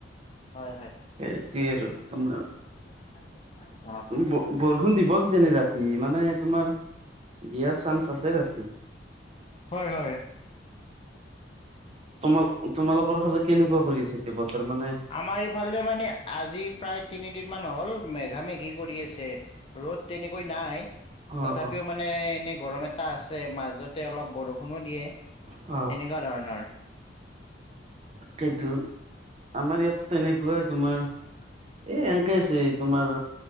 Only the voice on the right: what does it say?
সেইটোৱে আৰু তোমাৰ।
ব বৰষুণ দিব কিজানি ৰাতি, মানে তোমাৰ দিয়াৰ চান্স আছে ৰাতি।
তোমাৰ তোমালোকৰ ফালে কেনেকুৱা কৰি আছে কি বতৰ মানে?
অ',
অ',
অ'।
সেইটো। আমাৰ ইয়াতো তেনেকুৱাই তোমাৰ এই এনেকেই আছে তোমাৰ